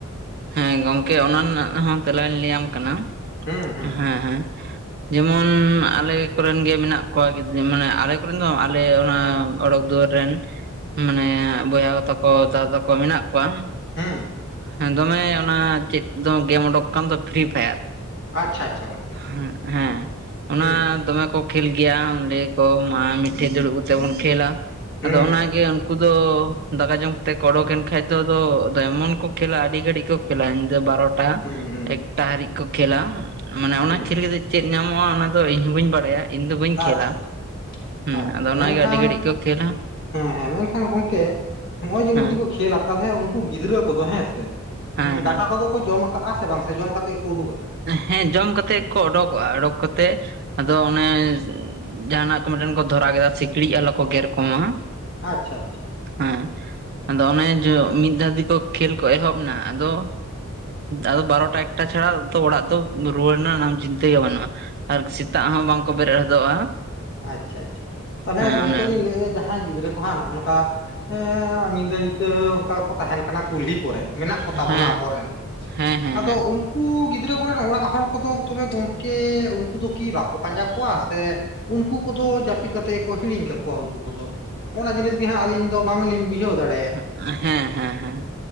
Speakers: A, on the right; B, on the left.
A: ᱦᱮᱸ ᱜᱚᱢᱠᱮ ᱚᱱᱟ ᱨᱮᱱᱟᱜ ᱦᱚᱸ ᱛᱮᱞᱟᱧ ᱞᱟᱹᱭᱟᱢ ᱠᱟᱱᱟ᱾
B: ᱦᱩᱸ ᱦᱩᱸ
A: ᱦᱮᱸ
B: ᱾
A: ᱦᱮᱸ᱾ ᱡᱮᱢᱚᱱ ᱟᱞᱮ ᱠᱚᱨᱮᱱ ᱜᱮ ᱢᱮᱱᱟᱜ ᱠᱚᱣᱟ ᱜᱤᱫᱽᱟᱹ ᱢᱟᱱᱮ ᱟᱞᱮ ᱠᱚᱨᱮᱱ ᱫᱚ ᱟᱞᱮ ᱚᱱᱟ᱾ ᱚᱰᱚᱠ ᱫᱩᱣᱟᱹᱨ ᱨᱮᱱ ᱢᱟᱱᱮ ᱵᱚᱭᱦᱟ ᱛᱟᱠᱚ ᱫᱟᱫᱟ ᱛᱟᱠᱚ ᱢᱮᱱᱟᱜ ᱠᱚᱣᱟ᱾
B: ᱦᱩᱸ᱾
A: ᱦᱮᱸ ᱫᱚᱢᱮ ᱚᱱᱟ ᱪᱮᱫ ᱫᱚ ᱜᱮᱢ ᱚᱰᱳᱠ ᱠᱟᱱ ᱫᱚ ᱯᱷᱨᱤ ᱯᱷᱟᱭᱟᱨ
B: ᱟᱪᱪᱷᱟ ᱟᱪᱪᱷᱟ᱾
A: ᱦᱩᱸ ᱦᱮᱸ ᱚᱱᱟ
B: ᱦᱩᱸ
A: ᱫᱚᱢᱮ ᱠᱚ ᱠᱷᱮᱞ ᱜᱮᱭᱟ ᱚᱸᱰᱮ ᱠᱚ ᱢᱟ ᱢᱤᱫᱴᱷᱮᱱ ᱫᱩᱲᱩᱵ ᱠᱟᱛᱮ ᱵᱚᱱ ᱠᱷᱮᱞᱟ
B: ᱦᱩᱸ
A: ᱟᱫᱚ ᱚᱱᱟᱜᱮ
B: ᱦᱩᱸ
A: ᱠᱩ ᱫᱚ ᱫᱟᱠᱟ ᱡᱚᱢ ᱠᱟᱛᱮ ᱠᱚ ᱚᱰᱳᱠ ᱮᱱ ᱠᱷᱟᱡ ᱫᱚ ᱟᱫᱚ ᱮᱢᱚᱱ ᱠᱚ ᱠᱷᱮᱞᱟ ᱟᱹᱰᱤ ᱜᱷᱟᱹᱲᱤᱡ ᱠᱚ ᱠᱷᱮᱞᱟ ᱤᱧᱟ ᱫᱚ ᱵᱟᱨᱚ ᱴᱟ
B: ᱦᱩᱸ ᱦᱩᱸ
A: ᱮᱠᱴᱟ ᱦᱟᱹᱨᱤᱡ ᱠᱚ ᱠᱷᱮᱞᱟ ᱢᱟᱱᱮ ᱚᱱᱟ
B: ᱦᱩᱸ
A: ᱠᱷᱮᱞ ᱠᱟᱛᱮᱜ ᱪᱮᱫ ᱧᱟᱢᱚᱜᱼᱟ ᱚᱱᱟ ᱫᱚ ᱤᱧ ᱦᱚᱸ ᱵᱟᱹᱧ ᱵᱟᱲᱟᱭᱟ ᱤᱧ ᱫᱚ ᱵᱟᱹᱧ ᱠᱷᱮᱞᱟ,
B: ᱟᱪᱪᱷᱟ ᱟᱪᱪᱷᱟ
A: ᱦᱮᱸ
B: ᱟᱪᱪᱷᱟ
A: ᱟᱫᱚ ᱚᱱᱟᱜᱮ
B: ᱢᱮᱱᱠᱷᱟᱱ
A: ᱟᱹᱰᱤ ᱜᱷᱟᱹᱲᱤᱡ ᱠᱚ ᱠᱷᱮᱞᱟ
B: ᱦᱮᱸ ᱦᱮᱸ ᱢᱮᱱᱠᱷᱟᱱ ᱜᱚᱝᱠᱮ ᱱᱚᱜᱼᱚᱭ ᱡᱮ ᱩᱱ
A: ᱦᱮᱸ
B: ᱜᱷᱟᱹᱲᱤᱡ ᱠᱷᱮᱞᱟ ᱛᱟᱞᱦᱮ ᱩᱱᱠᱩ ᱜᱤᱫᱽᱨᱟᱹ ᱠᱚᱫᱚ ᱦᱮᱸ ᱥᱮ
A: ᱦᱮᱸ ᱦᱮᱸ
B: ᱫᱟᱠᱟ ᱠᱚᱫᱚ ᱠᱚ ᱡᱚᱢ ᱠᱟᱟᱜᱼᱟ ᱥᱮ ᱵᱟᱝ ᱡᱚᱢ ᱠᱟᱛᱮ ᱜᱮ ᱠᱚ ᱩᱰᱩᱠ ᱟᱠᱟᱱᱟ᱾
A: ᱦᱮᱸ ᱡᱚᱢ ᱠᱟᱛᱮᱫ ᱠᱚ ᱚᱰᱳᱚᱠᱚᱜᱼᱟ ᱚᱰᱳᱚᱠ ᱠᱟᱛᱮᱜ ᱟᱫᱚ ᱚᱱᱮ ᱡᱟᱦᱟᱸᱱᱟᱜ ᱠᱚ ᱢᱤᱫᱴᱮᱱ ᱠᱚ ᱫᱷᱚᱨᱟᱣ ᱠᱮᱫᱟ ᱥᱤᱠᱲᱤᱡ ᱟᱞᱚ ᱠᱚ ᱜᱮᱨ ᱠᱚᱢᱟ,
B: ᱟᱪᱪᱷᱟ ᱟᱪᱪᱷᱟ᱾
A: ᱦᱮᱸ ᱟᱫᱚ ᱚᱱᱮ ᱡᱚ ᱢᱤᱫ ᱫᱷᱟᱹᱣ ᱡᱩᱫᱤ ᱠᱚ ᱠᱷᱮᱞ ᱠᱚ ᱮᱦᱚᱵ ᱮᱱᱟ ᱟᱫᱚ ᱟᱫᱚ ᱵᱟᱨᱚᱴᱟ ᱮᱠᱴᱟ ᱪᱷᱟᱲᱟ ᱛᱚ ᱚᱲᱟᱜ ᱫᱚ ᱨᱩᱣᱟᱹᱲ ᱨᱮᱱᱟᱜ ᱱᱟᱢ ᱪᱤᱱᱛᱟᱹ ᱜᱮ ᱵᱟᱹᱱᱩᱜᱼᱟ ᱟᱨ ᱥᱮᱛᱟᱜ ᱦᱚᱸ ᱵᱟᱝᱠᱚ ᱵᱮᱨᱮᱫ ᱦᱚᱫᱚᱜᱼᱟ,
B: ᱟᱪᱪᱷᱟ ᱟᱪᱪᱷᱟ ᱛᱟᱦᱚᱞᱮ
A: ᱦᱮᱸ
B: ᱜᱚᱝᱠᱮ
A: ᱚᱱᱮ
B: ᱞᱤᱧ ᱞᱟᱹᱭᱮᱫᱼᱟ ᱡᱟᱦᱟᱸᱭ ᱜᱤᱫᱽᱨᱟᱹ ᱠᱚᱦᱟᱸᱜ ᱱᱚᱜ ᱚᱝᱠᱟ ᱠᱟ ᱮᱸ ᱧᱤᱫᱟᱹ ᱧᱛᱟᱹ ᱚᱱᱠᱟᱠᱚ ᱛᱟᱦᱮᱸᱱ ᱠᱟᱱᱟ ᱠᱩᱞᱦᱤ ᱠᱚᱨᱮ ᱢᱮᱱᱟᱜ ᱠᱚᱛᱟ
A: ᱦᱮᱸ
B: ᱵᱚᱱᱟ ᱟᱵᱚᱨᱮᱱ
A: ᱦᱮᱸ ᱦᱮᱸ
B: ᱟᱫᱚ
A: ᱦᱮᱸ
B: ᱩᱝ ᱠᱩ ᱜᱤᱫᱽᱨᱟᱹ ᱠᱚᱨᱮᱱ ᱚᱲᱟᱜ ᱦᱚᱲ ᱠᱚᱫᱚ ᱛᱚᱵᱮ ᱜᱚᱝᱠᱮ ᱩᱝᱠᱩ ᱫᱚ ᱠᱤ ᱵᱟᱠᱚ ᱯᱟᱸᱡᱟ ᱠᱚᱣᱟ ᱥᱮ ᱩᱱᱠᱩ ᱠᱚᱫᱚ ᱡᱟᱹᱯᱤᱫ ᱠᱟᱛᱮᱜ ᱜᱮᱠᱚ ᱦᱤᱲᱤᱧ ᱠᱟᱠᱚᱣᱟ ᱩᱱᱠᱩ ᱠᱚᱫᱚᱜ ᱚᱱᱟ ᱡᱤᱱᱤᱥ ᱜᱮ ᱦᱟᱸᱜ ᱟᱹᱞᱤᱧ ᱫᱚ ᱵᱟᱝᱞᱤᱧ ᱵᱡᱷᱟᱹᱣ ᱫᱟᱲᱮᱜ
A: ᱦᱩᱸᱜ ᱦᱮᱸ ᱦᱮᱸ ᱦᱮᱸ᱾